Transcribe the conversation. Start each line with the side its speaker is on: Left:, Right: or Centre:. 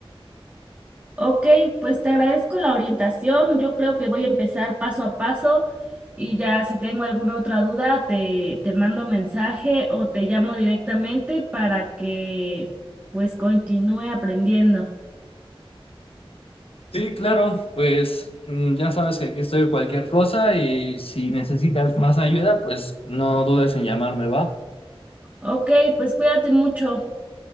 Right: Ok, pues te agradezco la orientación. Yo creo que voy a empezar paso a paso y ya si tengo alguna otra duda te, te mando mensaje o te llamo directamente para que pues continúe aprendiendo.
Left: Sí, claro, pues mm, ya sabes que aquí estoy cualquier cosa y si necesitas más ayuda, pues no dudes en llamarme, ¿va?
Right: Ok, pues cuídate mucho.